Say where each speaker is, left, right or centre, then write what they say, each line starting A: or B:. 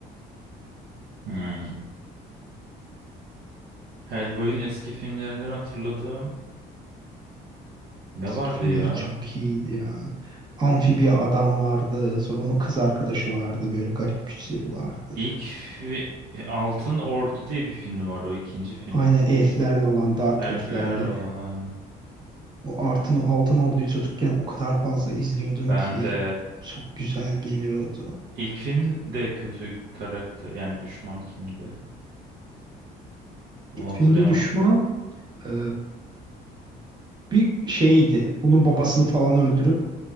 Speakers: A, on the right; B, on the right.
A: Hmm. Hellboy'un eski filmlerinden hatırladığım Ne
B: Eski
A: vardı
B: filmleri
A: ya?
B: çok iyiydi ya. Amfibiya adam vardı. Sonra onun kız arkadaşı vardı. Böyle garip güçleri vardı.
A: İlk fi- Altın Ordu diye bir filmi vardı o ikinci filmdi.
B: Aynen elflerle olan dark
A: Elfler
B: elflerle.
A: olan aynen.
B: O Artın, o Altın Ordu'yu çocukken o kadar fazla izliyordum
A: Ben
B: ki.
A: de
B: Çok güzel geliyordu.
A: ilk filmde kötü karakter yani düşman kimdi? Onu
B: Filmde
A: hatırlayamadım.
B: düşman e, bir şeydi. Bunun babasını falan öldürüp